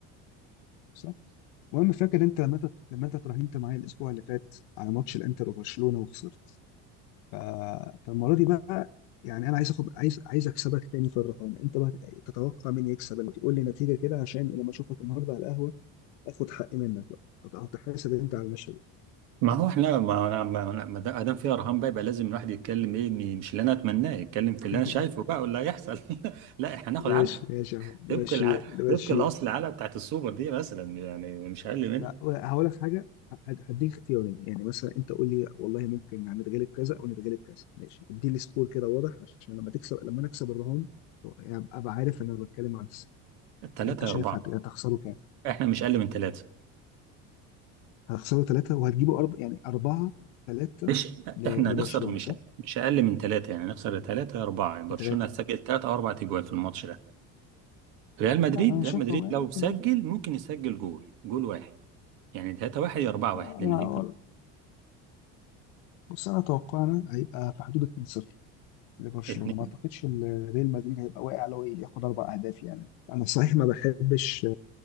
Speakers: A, on the left; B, on the right.
A: صح المهم فاكر انت لما انت لما انت اترهنت معايا الاسبوع اللي فات على ماتش الانتر وبرشلونة وخسرت ف... فالمرة دي بقى يعني انا عايز اخد عايز عايز اكسبك تاني في الرهان انت بقى تتوقع مين يكسب الماتش؟ قول لي نتيجة كده عشان لما اشوفك النهارده على القهوة اخد حقي منك بقى هتحاسب انت على المشهد
B: ما هو احنا ما انا ما أنا- ما دا- ما دام فيها رهان بقى يبقى لازم الواحد يتكلم ايه م- مش اللي انا اتمناه يتكلم في اللي
A: <laughs>
B: انا شايفه بقى واللي هيحصل <laughs> لا احنا ناخد
A: ماشي
B: علقه
A: ماشي يا عم
B: طبق
A: نمشيها
B: العقل
A: نمشيها
B: طبق الاصل العلقه بتاعت السوبر دي مثلا يعني مش اقل منها
A: لا هقول لك حاجه هد- هديك اختيارين يعني مثلا انت قول لي والله ممكن يعني نتغلب كذا او نتغلب كذا ماشي ادي لي سكور كده واضح عشان لما تكسب لما نكسب الرهان تو- يعني ابقى عارف ان انا بتكلم عن الس-
B: ثلاثه
A: انت شايف
B: يا اربعه
A: هت- هتخسره كام
B: احنا مش اقل من ثلاثه
A: هتخسره ثلاثه وهتجيبه أرب... يعني اربعه ثلاثه
B: مش
A: ل...
B: احنا
A: لبرشلونه
B: هنخسر مش
A: صح؟
B: مش اقل من ثلاثه يعني هنخسر ثلاثه يا اربعه يعني برشلونه
A: بثلاثه
B: هتسجل ثلاثه او اربع اجوال في الماتش ده ريال مدريد
A: لا انا
B: ريال
A: شايف
B: مدريد
A: لو هي
B: لو
A: ممكن
B: سجل ممكن يسجل جول جول واحد يعني 3 واحد يا 4
A: لا
B: واحد لان
A: انا
B: انت
A: أقول- بص انا اتوقعنا هيبقى في حدود 2-0 لبرشلونه
B: اتنين
A: ما اعتقدش ان ريال مدريد هيبقى واقع لو ياخد اربع اهداف يعني انا صحيح ما بحبش